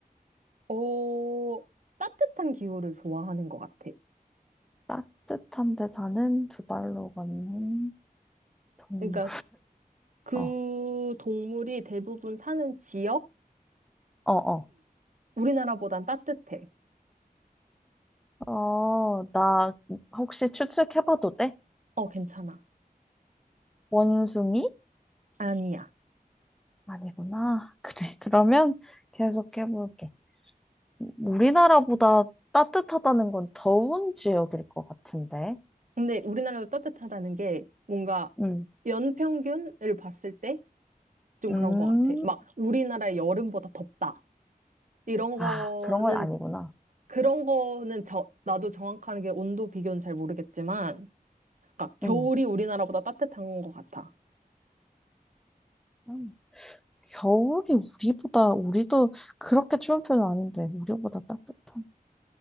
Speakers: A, on the right; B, in the centre.
A: 어, 따뜻한 기후를 좋아하는 것 같아.
B: 따뜻한 데 사는 두 발로 걷는 동물.
A: 그러니까 그
B: 어,
A: 동물이 대부분 사는 지역이
B: 어, 어.
A: 우리나라보단 따뜻해.
B: 어, 나 혹시 추측해봐도 돼?
A: 어, 괜찮아.
B: 원숭이?
A: 아니야.
B: 아니구나. 그래. 그러면 계속해볼게. 우리나라보다 따뜻하다는 건 더운 지역일 것 같은데.
A: 근데 우리나라도 따뜻하다는 게 뭔가
B: 음,
A: 연평균을 봤을 때 좀
B: 음.
A: 그런 것 같아. 막 우리나라 여름보다 덥다. 이런
B: 아,
A: 거는,
B: 그런 건 아니구나.
A: 그런 거는 저, 나도 정확한 게 온도 비교는 잘 모르겠지만, 그러니까 겨울이
B: 음.
A: 우리나라보다 따뜻한 것 같아.
B: 아, 겨울이 우리보다, 우리도 그렇게 추운 편은 아닌데, 우리보다 따뜻한